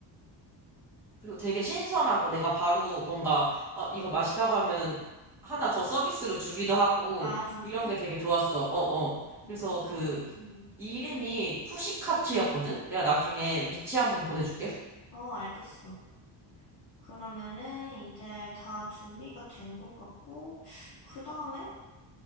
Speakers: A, in the centre; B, on the left.
A: 그리고 되게 신선하고 내가 바로 뭔가, 어, 이거 맛있다고 하면 하나 더 서비스로 주기도 하고,
B: 아, 진짜?
A: 이런 게 되게 좋았어. 어, 어.
B: 음.
A: 그래서 그, 이름이 쿠시카츠였거든? 내가 나중에 위치 한번 보내줄게.
B: 어, 알겠어. 그러면은 이제 다 준비가 된 것 같고, 그 다음에,